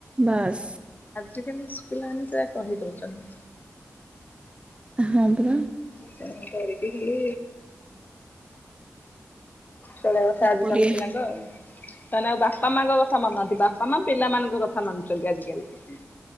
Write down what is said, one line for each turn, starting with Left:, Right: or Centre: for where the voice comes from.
Right: ବାସ୍।
Left: ସେ ଖାଲି ସ୍କୁଲ ଆଣି ସେୟା କହିଦଉଛନ୍ତି।
Right: ହଁ ପରା।
Left: ସେମାନେ କରିକି ବି। ଚଳେଇବା କଥା ଆଜିିକାଲି
Right: କରିବା
Left: ପିଲାଙ୍କୁ ଆଉ। ମାନେ ଆଉ ବାପା ମାଙ୍କ କଥା ମାନୁନାହାନ୍ତି ବାପା ମା ପିଲାମାନଙ୍କ କଥା ମାନୁଛନ୍ତି ଆଜିକାଲି।